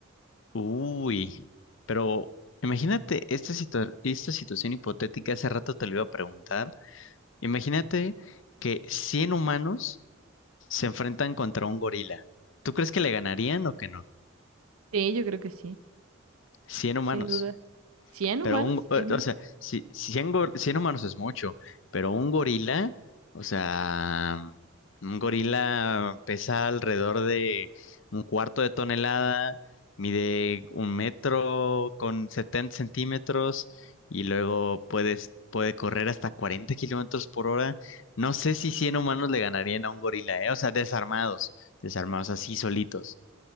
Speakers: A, on the left; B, on the right.
A: Uy, pero imagínate esta situa- esta situación hipotética, hace rato te lo iba a preguntar. Imagínate que 100 humanos se enfrentan contra un gorila. ¿Tú crees que le ganarían o que no?
B: Sí, yo creo que sí,
A: 100 humanos.
B: sin duda. cien
A: Pero
B: humanos
A: un, o
B: es mucho?
A: sea, si, 100 humanos es mucho, pero un gorila, o sea, un gorila pesa alrededor de un cuarto de tonelada, mide un metro con 70 centímetros y luego puedes, puede correr hasta 40 kilómetros por hora. No sé si 100 humanos le ganarían a un gorila, ¿eh? O sea, desarmados, desarmados así solitos.